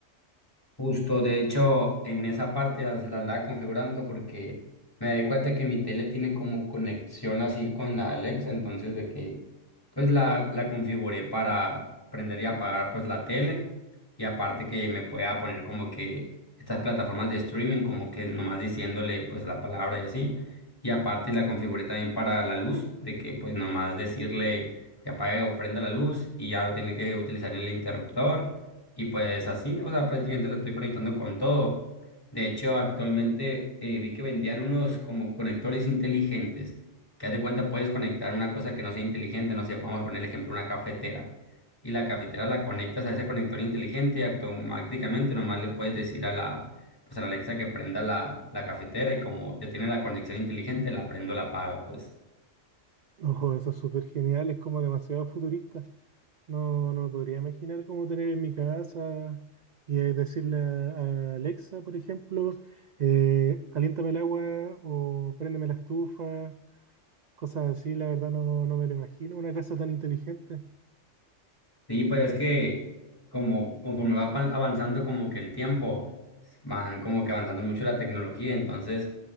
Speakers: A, on the left; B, on the right.
A: Justo, de hecho, en esa parte la, la andaba configurando porque me di cuenta que mi tele tiene como conexión así con la Alexa, entonces de que pues la, la configuré para prender y apagar pues la tele y aparte que me pueda poner como que estas plataformas de streaming como que nomás diciéndole pues la palabra y así y aparte la configuré también para la luz de que pues nomás decirle que apague o prenda la luz y ya no tiene que utilizar el interruptor. Y pues así, o sea, prácticamente la estoy conectando con todo. De hecho, actualmente eh, vi que vendían unos como conectores inteligentes, que haz de cuenta puedes conectar una cosa que no sea inteligente, no sé, vamos a poner el ejemplo, una cafetera. Y la cafetera la conectas a ese conector inteligente y automáticamente nomás le puedes decir a la, pues a la Alexa que prenda la, la cafetera y como ya tiene la conexión inteligente, la prendo, la apaga, pues.
B: <laughs> Ojo, eso es súper genial, es como demasiado futurista. No, no me podría imaginar cómo tener en mi casa y eh, decirle a a Alexa, por ejemplo, eh, caliéntame el agua o préndeme la estufa, cosas así, la verdad no, no me lo imagino, una casa tan inteligente.
A: Sí, pues es que como conforme va pa- avanzando como que el tiempo, van como que avanzando mucho la tecnología, entonces